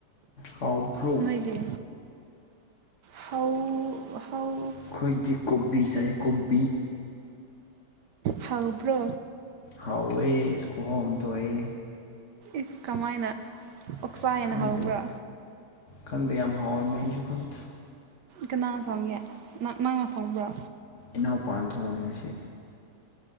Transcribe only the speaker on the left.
ꯍꯥꯎꯕ꯭ꯔꯣ
ꯑꯩꯈꯣꯏꯗꯤ ꯀꯣꯕꯤ ꯆꯥꯏ ꯀꯣꯕꯤ
ꯍꯥꯎꯋꯦ ꯏꯁ ꯈꯨꯍꯥꯎ ꯑꯃ ꯇꯧꯑꯦ
ꯑꯁ
ꯈꯪꯗꯦ
ꯈꯪꯗꯦ ꯌꯥꯝ ꯍꯥꯎꯔꯝꯃꯦ ꯑꯩꯁꯨꯈꯪ
ꯏꯅꯥꯎꯄꯥꯥꯟ ꯊꯣꯡꯉꯦ ꯉꯥꯁꯤ